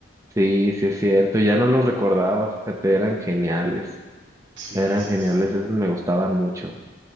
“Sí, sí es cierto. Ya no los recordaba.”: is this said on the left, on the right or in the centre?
Right